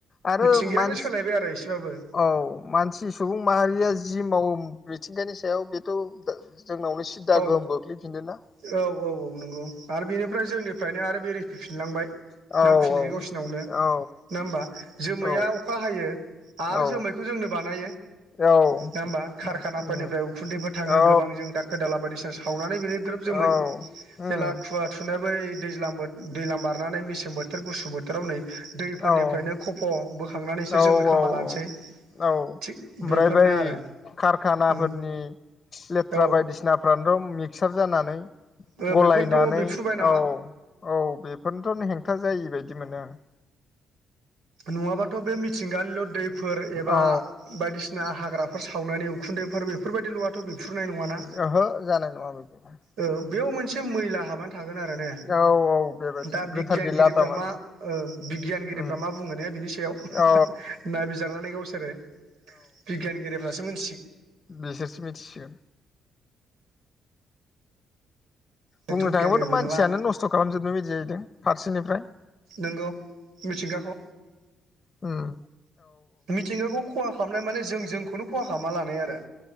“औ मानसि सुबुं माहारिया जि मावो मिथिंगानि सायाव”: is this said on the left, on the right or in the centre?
Left